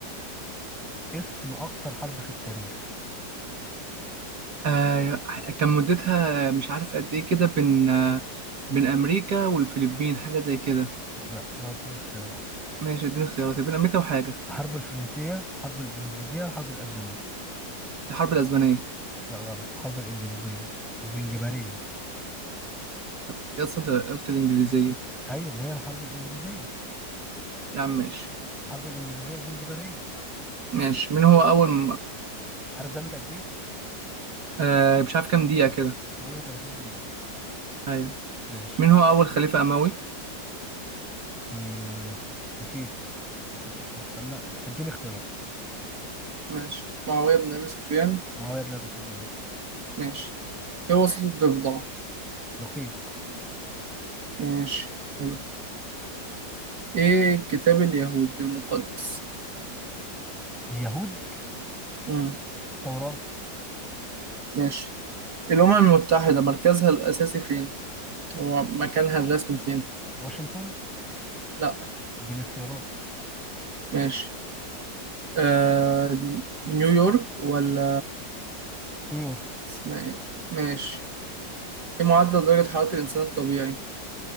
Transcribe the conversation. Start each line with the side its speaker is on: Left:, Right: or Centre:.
Centre: اسم أقصر حرب في التاريخ
Right: آه كان مدتها مش عارف قد إيه كده بين آه بين أمريكا والفلبين حاجة زي كده
Centre: لا أنا هديك اختيارات
Right: ماشي اديني اختيارات بين أمريكا وحاجة
Centre: الحرب الفرنسية الحرب الإنجليزية الحرب الأسبانية
Right: الحرب الأسبانية
Centre: لا غلط الحرب الإنجليزية الزنجبارية
Right: طب يا أصل أنت قلت الإنجليزية
Centre: أيوة ما هي الحرب الإنجليزية
Right: يا عم ماشي
Centre: الحرب الإنجليزية الزنجبارية
Right: ماشي مين هو
Centre: إيه اسم
Right: أول
Centre: إيه اسم
Right: م...
Centre: عارف ده قد إيه
Right: آه مش عارف كام دقيقة كده
Centre: 38 دقيقة
Right: أيوه
Centre: ماشي
Right: مين هو أول خليفة أموي
Centre: مم. نسيت نسيت اسمه استنى اد- اديني اختيارات
Right: ماشي معاوية بن أبي سفيان
Centre: معاوية بن أبي سفيان
Right: ماشي إيه وسط الضفدع
Centre: لقيق
Right: ماشي حلو إيه كتاب اليهود المقدس
Centre: اليهود
Right: مم.
Centre: توراة
Right: ماشي الأمم المتحدة مركزها الأساسي فين؟ هو مكانها الرسمي فين؟
Centre: واشنطن
Right: لأ
Centre: اديني اختيارات
Right: ماشي آه... نيويورك ولا
Centre: نيويورك
Right: اسمها إيه؟ ماشي إيه معدل درجة حرارة الإنسان الطبيعي؟